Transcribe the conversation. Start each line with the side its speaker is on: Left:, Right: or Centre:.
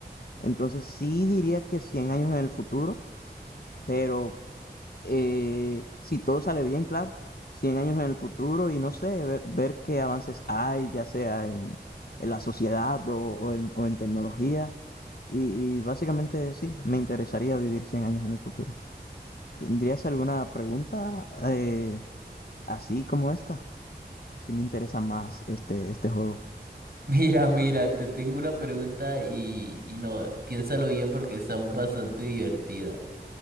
Left: Entonces, sí diría que 100 años en el futuro, pero eh, si todo sale bien, claro, 100 años en el futuro y no sé, ver, ver qué avances hay, ya sea en, en la sociedad o, o en, o en tecnología. Y, y básicamente sí, me interesaría vivir 100 años en el futuro. ¿Tendrías alguna pregunta eh, así como esta? Si me interesa más este, este juego.
Right: <laughs> Mira, mira, te tengo una pregunta y, y no, piénsalo bien porque está bastante divertida.